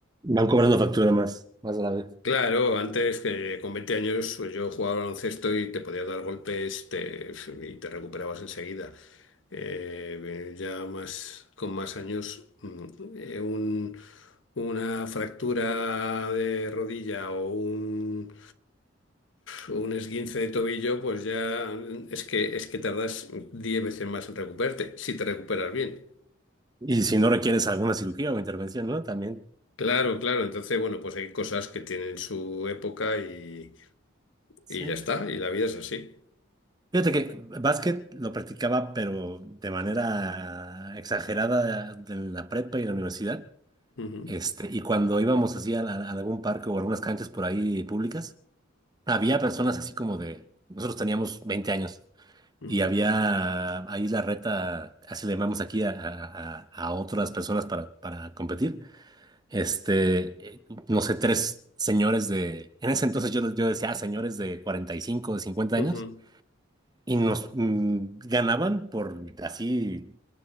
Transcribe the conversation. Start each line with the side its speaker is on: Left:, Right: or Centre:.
Right: Van cobrando factura más, más grave.
Left: Claro, antes que con 20 años pues, yo jugaba al baloncesto y te podías dar golpes te- y te recuperabas enseguida. Eh, ya más con más años, mm, eh, un- una fractura de rodilla o un, un esguince de tobillo, pues ya mm, es que es que tardas 10 veces más en recuperarte, si te recuperas bien.
Right: Y si no requieres alguna cirugía o intervención, ¿no? También.
Left: Claro, claro. Entonces, bueno, pues hay cosas que tienen su época y,
Right: Sí.
Left: y ya está, y la vida es así.
Right: Fíjate que básquet lo practicaba, pero de manera exagerada en la prepa y en la universidad.
Left: Ujú,
Right: Este, y cuando íbamos así a, la- a algún parque o algunas canchas por ahí públicas, Había personas así como de, nosotros teníamos 20 años
Left: ujú,
Right: y había ahí la reta, así le llamamos aquí a, a- a- a otras personas para, para competir. Este, eh, no sé, tres señores de, en ese entonces yo, yo decía, "Ah, señores de 45 de cincuenta
Left: ujú.
Right: años y nos mm, ganaban por así,